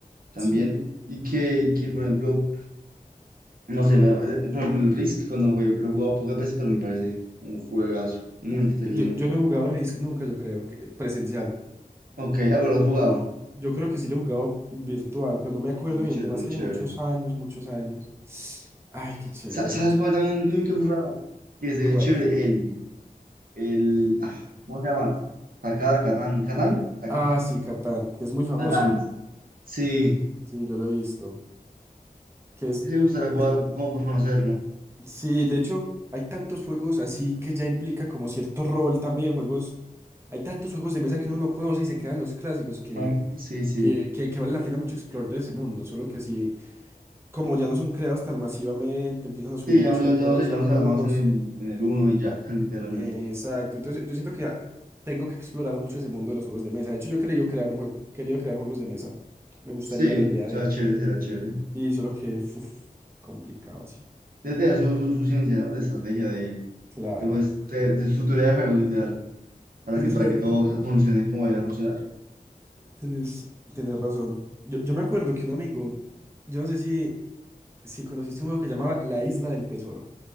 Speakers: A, on the right; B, on the right.
A: también.
B: Sí.
A: Y que, y que, por ejemplo, no sé, me- eh, por ejemplo, el Risk, cuando lo jugué, lo he jugado pocas veces, pero me parece un juegazo, muy entretenido.
B: Yo, yo no he jugado Risk nunca, yo creo, que, presencial.
A: Ok, ah, pero lo he jugado.
B: Yo creo que sí lo he jugado virtual, pero no me acuerdo
A: Es muy
B: bien.
A: chévere,
B: Además
A: muy
B: que
A: chévere.
B: hace muchos años, muchos años. Ay, qué chévere,
A: Sa- ¿Sabes
B: hombre. está-
A: cuál también nunca he jugado? Que se
B: ¿Cuál?
A: ve chévere, el, el, ah, ¿cómo se llama? Takar, Catán, Catán, Catán,
B: Ah, sí, Catán, que es muy famoso.
A: Catán. Sí,
B: Sí, yo lo he visto. Que es.
A: me gustaría jugar
B: de-
A: como por conocerlo.
B: Sí, de hecho, hay tantos juegos así que ya implica como cierto rol también, juegos Hay tantos juegos de mesa que uno no conoce y se quedan los clásicos que,
A: Ah, Sí, sí.
B: que, que, que vale la pena mucho explorar de ese mundo. Solo que si, como ya no son creados tan masivamente, empiezan a
A: Sí,
B: subir mucho
A: yo, no- yo,
B: de precio
A: yo no sé, yo
B: algunos.
A: no sé, basado en el, en el uno y ya, <laughs> literalmente.
B: eh, exacto. Entonces yo, yo siento que ah, tengo que explorar mucho ese mundo de los juegos de mesa. De hecho, yo he querido crear un juego, querido crear juegos de mesa. Me gustaría
A: Sí,
B: la idea
A: será
B: de.
A: chévere, será chévere.
B: Y solo que, uf, complicado, sí.
A: Desde ya su, su, su ciencia, ¿no? De estrategia, de,
B: Claro.
A: de, pues, de, de su teoría de juegos, literal, para
B: Exacto.
A: que, para que todo funcione como debería funcionar.
B: Tenés, tenés razón. Yo, yo me acuerdo que un amigo, yo no sé si, si conociste un juego que llamaba La Isla del Tesoro.